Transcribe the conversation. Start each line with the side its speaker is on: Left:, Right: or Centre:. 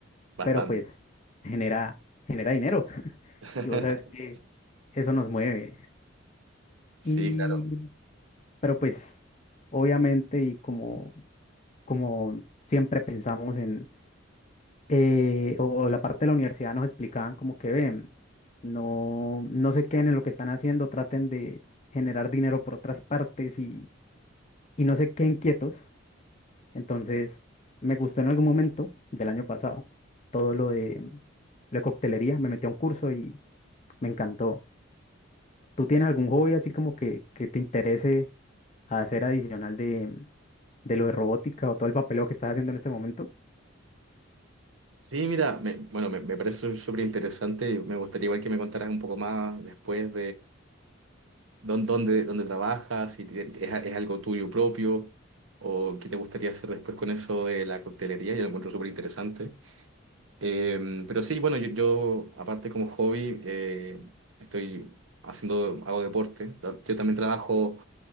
Right: bastante.
Left: pero pues genera, genera dinero <laughs>
Right: <laughs>
Left: y vos sabes que eso nos mueve.
Right: Sí,
Left: Y,
Right: claro.
Left: pero pues obviamente y como, como siempre pensamos en eh, o, o la parte de la universidad nos explicaban como que ven, no, no se queden en lo que están haciendo, traten de generar dinero por otras partes y, y no se queden quietos. Entonces, me gustó en algún momento del año pasado todo lo de la coctelería, me metí a un curso y me encantó. ¿Tú tienes algún hobby así como que, que te interese hacer adicional de, de lo de robótica o todo el papeleo que estás haciendo en este momento?
Right: Sí, mira, me- bueno, me, me parece súper interesante. Me gustaría igual que me contaras un poco más después ¿Dón- ¿Dónde, dónde trabajas? Si te- es, a- es algo tuyo propio o qué te gustaría hacer después con eso de la coctelería, yo lo encuentro súper interesante. Eh, pero sí, bueno, yo, yo, aparte como hobby eh, estoy haciendo, hago deporte. Ta- Yo también trabajo